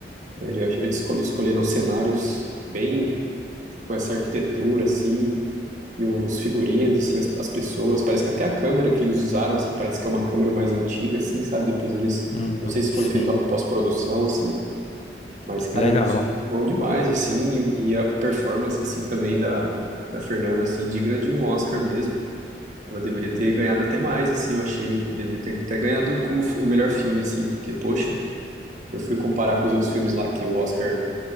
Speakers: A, on the right (about 45°); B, on the left (about 35°).
A: né? Ele- Eles escol- escolheram cenários bem com essa arquitetura, assim, e os figurinos, assim, as, as pessoas. Parece que até a câmera que eles usaram, assim, parece que é uma câmera mais antiga, assim, sabe? Depois eles.
B: Hum,
A: Não sei se foi
B: sim,
A: feito uma pós-produção, assim, mas,
B: que
A: cara,
B: legal.
A: eles filmam demais, assim, e, e a performance, assim, também da, da Fernanda, assim, digna de um Oscar mesmo. Ela deveria ter ganhado até mais, assim, eu achei. Deveria ter, ter ganhado como fi- o melhor filme, assim, porque, poxa, eu fui comparar com os outros filmes lá que o Oscar,